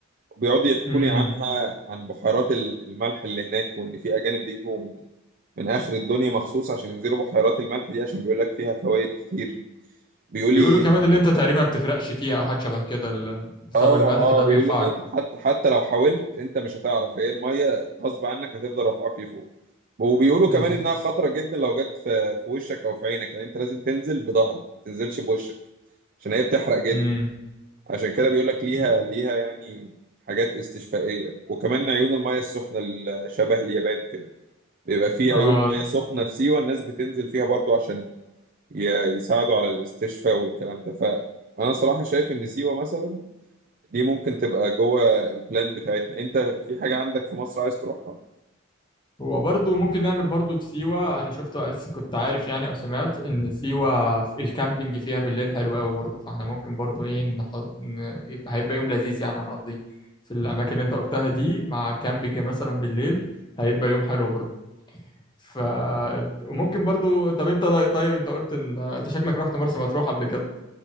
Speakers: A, on the right; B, on the left.
A: بيقعدوا يحكوا
B: امم
A: لي عنها عن بحيرات ال- الملح اللي هناك وان في اجانب بيجوا من من اخر الدنيا مخصوص عشان ينزلوا بحيرات الملح دي عشان بيقول لك فيها فوائد كتير بيقول لي
B: بيقولوا كمان اللي انت تقريبا ما بتغرقش فيها او حاجة شبه كده ال- بسبب
A: اه
B: الملح
A: اه
B: ده
A: بيقولوا
B: بيرفعك
A: ان انت حتى حتى لو حاولت انت مش هتعرف هي الميه غصب عنك هتفضل رافعاك لفوق وبيقولوا
B: بز...
A: كمان انها خطره جدا لو جت في في وشك او في عينك يعني انت لازم تنزل بظهرك ما تنزلش بوشك عشان هي بتحرق جدا
B: امم
A: عشان كده بيقول لك ليها
B: أمم.
A: ليها يعني حاجات استشفائيه وكمان عيون الميه السخنه ال- شبه اليابان كده بيبقى في
B: آه.
A: عيون ميه سخنه في سيوه الناس بتنزل فيها برضو عشان ي- يساعدوا على الاستشفاء والكلام ده فانا صراحه شايف ان سيوه مثلا دي ممكن تبقى جوه البلان بتاعتنا انت في حاجة عندك في مصر عايز تروحها
B: هو برضو ممكن نعمل برضو في سيوة انا شفت كنت عارف يعني او سمعت ان سيوة في الكامبينج فيها بالليل حلو قوي برضو فاحنا ممكن برضو ايه نح... ن... يبقى هيبقى يوم لذيذ يعني هنقضيه في الاماكن اللي انت قلتها دي مع كامبينج مثلا بالليل هيبقى يوم حلو برضو ف وممكن برضو طب انت طيب انت قلت ان انت شكلك رحت مرسى مطروح قبل كده